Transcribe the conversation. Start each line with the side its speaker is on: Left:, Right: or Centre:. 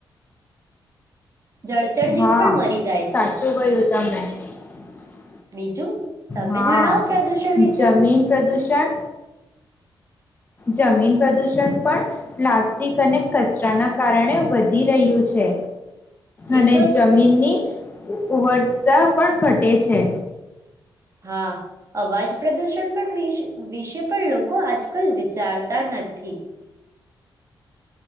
Right: જળચર જીવ
Left: હા
Right: પણ મરી જાય
Left: સાચું
Right: છે.
Left: કહ્યું <inaudible>
Right: બીજું તમે
Left: હા,
Right: જણાવો પ્રદૂષણ વિશે
Left: જમીન પ્રદૂષણ જમીન પ્રદૂષણ પણ પ્લાસ્ટિક અને કચરાના કારણે વધી રહ્યું છે. અને
Right: એ તો છે
Left: જમીનની ઉપવરતા પણ ઘટે છે.
Right: હા અવાજ પ્રદુષણ પણ વિશ વિશે પણ લોકો આજકલ વિચારતા નથી.